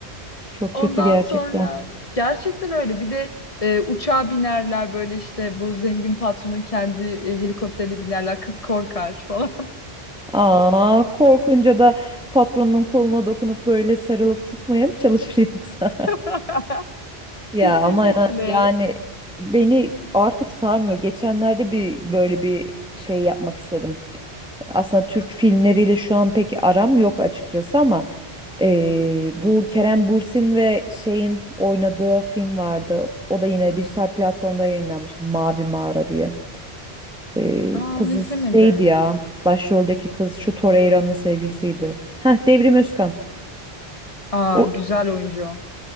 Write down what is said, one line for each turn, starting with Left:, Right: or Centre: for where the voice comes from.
Centre: çok
Left: Ondan
Centre: kötü gerçekten.
Left: sonra gerçekten öyle. Bir de e, uçağa binerler böyle işte bu zengin patronun kendi e, helikopterine binerler. Kız korkar falan.
Centre: Aa korkunca da patronun koluna dokunup böyle sarılıp tutmaya mı çalışır <laughs> yoksa?
Left: <laughs>
Centre: Ya
Left: Kesinlikle.
Centre: ama ya- yani beni artık sarmıyor. Geçenlerde bir böyle bir şey yapmak istedim. Aslında Türk filmleriyle şu an pek aram yok açıkçası ama eee, bu Kerem Bürsin ve şeyin oynadığı film vardı. O da yine dijital platformda yayınlanmış. Mavi Mağara diye. Eee
Left: Aa
Centre: kızı
Left: onu izlemedim.
Centre: şeydi ya. Başroldeki kız şu Torreira'nın sevgilisiydi. Heh, Devrim Özkan.
Left: Aa
Centre: O
Left: güzel oyuncu o.